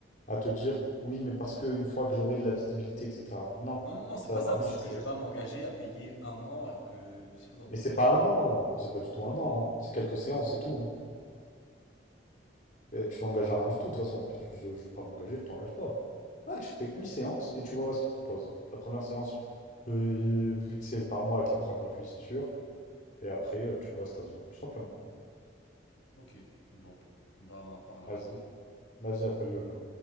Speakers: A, on the left; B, on the left.
A: à te dire, oui, mais parce que une fois que j'aurai de la visibilité, etc. Non,
B: Non, non, non, c'est
A: ça
B: pas
A: va
B: ça,
A: rien
B: mais c'est
A: changer.
B: juste que je vais pas m'engager à payer un an alors que s'il faut dans deux
A: Mais c'est
B: mois.
A: pas
B: je-
A: un an, c'est pas du tout un an, hein. C'est quelques séances, c'est tout, hein. Et tu t'engages à rien du tout, de toute façon. Au pire, tu dis, je veux pas m'engager, tu t'engages pas. Là, tu fais une séance et tu vois ce qu'ils te proposent. La première séance, euh, vu que c'est par mois, elle te la fera gratuit, c'est sûr. Et après, euh, tu vois si t'as besoin, tout simplement.
B: Ok, bon. Bah, on en reparlera.
A: Vas-y, vas-y, appelle-le là.